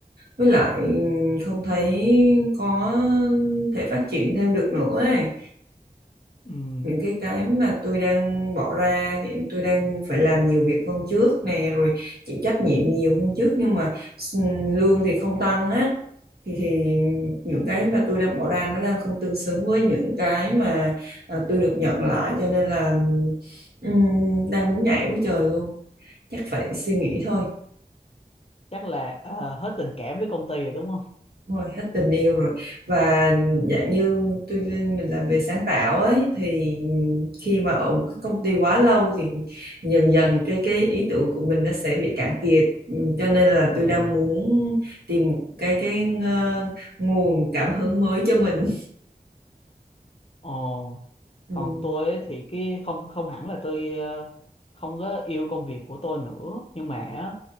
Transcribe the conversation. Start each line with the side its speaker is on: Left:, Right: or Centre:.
Right: Với lại không thấy có thể phát triển thêm được nữa ấy.
Left: Ừm,
Right: những cái cái mà tôi đang bỏ ra hiện tôi đang phải làm nhiều việc hơn trước nè rồi chịu trách nhiệm nhiều hơn trước nhưng mà s- lương thì không tăng á thì thì những cái mà tôi đang bỏ ra nó đang không tương xứng với những cái mà à, tôi được nhận lại cho nên là ừm, đang muốn nhảy với trời luôn chắc phải suy nghĩ thôi
Left: chắc là ờ, hết tình cảm với công ty rồi đúng
Right: Đúng rồi hết tình yêu rồi và dạng như tôi mình làm về sáng tạo ấy thì khi mà ở một cái công ty quá lâu thì dần dần cái cái ý tưởng của mình nó sẽ bị cạn kiệt Ừ, cho nên là
Left: không?
Right: tôi đang muốn tìm một cái cái ờ, nguồn cảm hứng mới cho mình
Left: Ồ,
Right: ừ.
Left: còn tôi ấy thì cái không không hẳn là tôi ờ, không có yêu công việc của tôi nữa nhưng mà á,